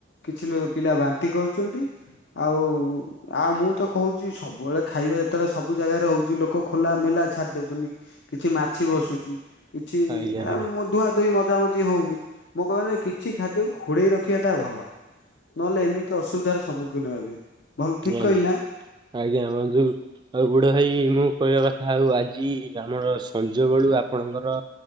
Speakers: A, on the left (about 70°); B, on the right (about 25°).
A: କିଛି ପିଲା ବା ବାନ୍ତି କରୁଛନ୍ତି। ଆଉ ଆଉ ମୁଁ ତ କହୁଛି ସବୁବେଳେ ଖାଇବା ଯେତେବେଳେ ସବୁ ଜାଗାରେ ହଉ କିଛି ଲୋକ ଖୋଲା ମେଲା ଛାଡି ଦଉଛନ୍ତି କିଛି ମାଛି ବସୁଛି। କିଛି
B: ଆଜ୍ଞା
A: ଆ <unintelligible> ଯାଉଛି ହଉନି ମୁଁ କହି କିଛି ଖାଦ୍ୟ କୁ ଘୋଡ଼େଇ ରଖିବାଟା ଭଲ, ନହେଲେ ଏମିତି ତାର ସମ୍ମୁଖୀନ ହେବେ। ଭଲ ଠିକ
B: ଆଇ
A: କହିଲି ନା
B: ଆଜ୍ଞା <unintelligible> ଆଉ ବୁଡ ଭାଇ ମୁଁ କହିବା କଥା ଆଉ ଆଜି ଆମର ସଞ୍ଜ ବେଳୁ ଆପଣଙ୍କର